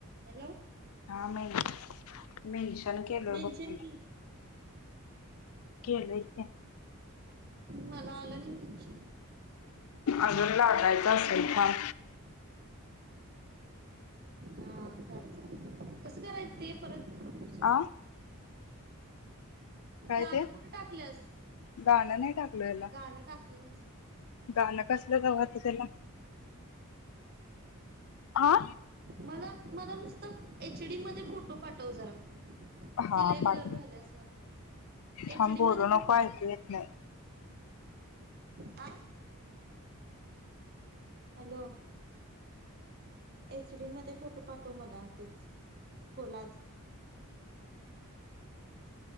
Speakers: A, on the right; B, on the left.
A: हॅलो
B: हा मी मेनषण केलोय
A: मेन्शन
B: बघ तुला
A: की
B: केलं कि
A: मला आलं नाही म्हणजे
B: अजून लागायचा असेल काम
A: हा झालं लं कसं करायचं ते परत
B: आ काय
A: गाणं
B: ते
A: कुठे टाकलंस
B: गाणं नाही टाकलं याला
A: गाणं टाकली नाहीस.
B: गाणं कसलंच लावू आता त्याला हा
A: मला मला नुसतं एच डी मध्ये फोटो पाठव जरा.
B: हा
A: ते लई
B: पाठ
A: ब्लर व्हायलंय असं वाटतं एच
B: थांब
A: डी
B: बोलू
A: मध्ये फोटो
B: नको ऐकू
A: पाठव.
B: येत नाही
A: आ हॅलो एचडी मध्ये फोटो पाठव मला ते कोलाच